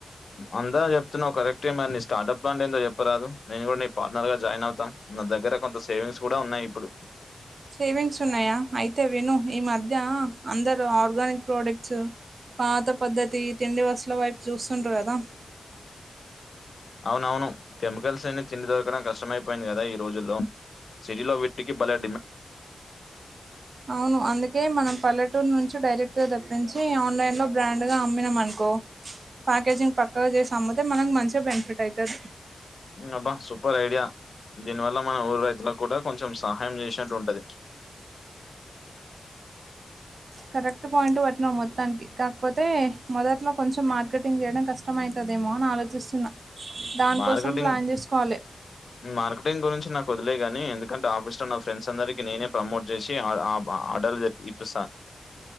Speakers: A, on the left; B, on the right.
A: అందా చెప్తున్నావు కరెక్టే మరి నీ స్టార్టప్ పాంట్ ఏందో చెప్పరాదు నేను కూడా నీ పార్ట్నర్ గా జాయిన్ అవుతాన్ నా దగ్గర కొంత సేవింగ్స్ కూడా ఉన్నాయి ఇప్పుడు
B: సేవింగ్స్ ఉన్నాయా అయితే విను ఈ మధ్య అందరూ ఆర్గానిక్ ప్రోడక్ట్స్ పాత పద్ధతి తిండి వసుల వైపు చూస్తుండ కదా
A: అవునవును కెమికల్స్ అన్ని తిండి దొరకడం కష్టమైపోయింది కదా ఈ రోజుల్లో సిటీలో వీటికి బలే
B: అవును అందుకే మనం పల్లె టూరు నుంచి డైరెక్ట్ గా తెప్పించి ఆన్లైన్ లో బ్రాండ్ గా అమ్మినాం అనుకో ప్యాకేజింగ్ పక్కగా చేసి అమ్మితే మనకు మంచిగా బెనిఫిట్ అయితది
A: అబ్బా సూపర్ ఐడియా దీని వల్ల మనం ఊరు రైతులకు కూడా కొంచెం సహాయం చేసినట్టు ఉంటది <inaudible>
B: కరెక్ట్ పాయింట్ పట్టినవ్ మొత్తానికి కాకపోతే మొదట్లో కొంచెం మార్కెటింగ్ చేయడం కష్టమైతదేమో అని ఆలోచిస్తున్నా దానికోసం
A: మార్కెటింగ్
B: ప్లాన్ చేసుకోవాలి
A: మార్కెటింగ్ గురించి నాకు వదిలేగాని ఎందుకంటే ఆఫీస్ లో నా ఫ్రెండ్స్ అందరికి నేనే ప్రమోట్ చేసి ఆర్డర్ ఇప్పిస్తాను <inaudible>